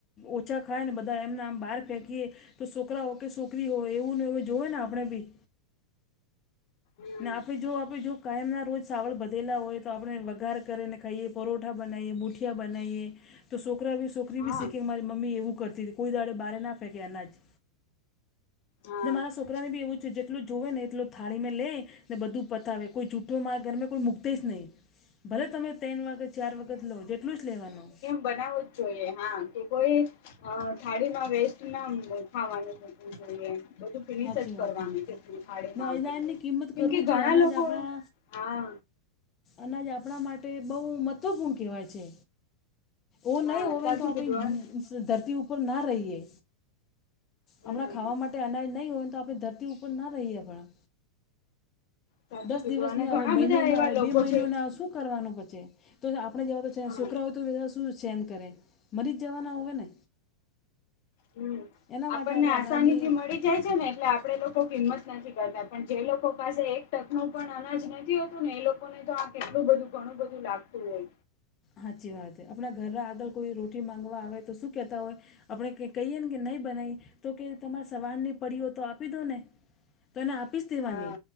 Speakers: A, on the left; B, on the left.
A: ઓછા ખાય ને બધા એમના આમ બહાર ફેંકીએ તો છોકરાઓ કે છોકરી હોય એવું ને એવું જોય ને આપણે ભી
B: હમ
A: ને આપડે જો આપે જો કાયમ ના રોજ સાવળ વધેલા હોય તો આપણે વઘાર કરીને ખાઈએ પરોઠા બનાવીએ મુઠિયા બનાવીએ તો છોકરા બી છોકરા છોકરી
B: હા
A: બી શીખે કે મારી મમ્મી એવું કરતી હતી કોઈ દાડે બહાર ના ફેંકે અનાજ
B: હા
A: મારા છોકરાને બી એવું છે જેટલું જોવે ને એટલું થાળી મે લે ને બધું પતાવે કોઈ જૂઠો મારા ઘરમાં કોઈ મૂકતે જ નહીં. ભલે તમે તણ વાગે ચાર વખત લો જેટલું જ લેવાનું.
B: બનાવુ જ જોઈએ હા કોઈએ અ થાળીમાં વેસ્ટ ના ખાવાનું મુકવું જોઈએ બધું ફિનિસ
A: સાચી
B: જ
A: વાત
B: કરવાની છે થાડીમાં
A: ને અનાજની
B: મુકેલું હોય
A: કિંમત
B: કેમ
A: કરવું
B: કે
A: જોઈએ
B: ઘણા
A: અનાજ
B: લોકો
A: આપણા
B: હા.
A: અનાજ આપણા માટે બહુ મહત્વપૂર્ણ કહેવાય છે. ઓ
B: હા
A: નહી હોવે
B: સાચું
A: તો આપણી
B: કીધું
A: ધરતી ઉપર ના રહીએ.
B: હમ
A: આપણા ખાવા માટે અનાજ નહીં હોય ને તો આપણે ધરતી ઉપર ના રહીએ પણ
B: સાચું
A: દસ
B: કીધું
A: દિવસ
B: અને
A: ને આવે
B: ઘણા
A: મહિનો
B: બધા
A: ને
B: એવા
A: આવે
B: લોકો
A: બે મહિનોને
B: છે
A: આવે શું કરવાનું પછી. તો આપણે જેવા તો છેે
B: હા
A: છોકરા હોય તો બધા શું સેન કરે મરી જ જવાના હોય ને.
B: હમ્મ
A: એના
B: આપણને
A: માટે આપણે
B: આસાનીથી
A: અનાજની
B: મળી છે ને એટલે આપણેે લોકો કિંમત નથી કરતા પણ જે લોકો પાસે એક ટકનું પણ અનાજ નથી હોતું ને એ લોકો લોકોને તો આ કેટલું બધું ઘણું બધું લાગતું હોય.
A: સાચી વાત આપણા ઘરના આગળ કોઈ રોટી માંગવા આવે તો શું કેતા હોય. આપણે કહીએ ને કે નહીં બનાવી તો કે તમારે સવારની પડીઓ તો આપી દો ને. તો એને આપીશ દેવાની
B: હા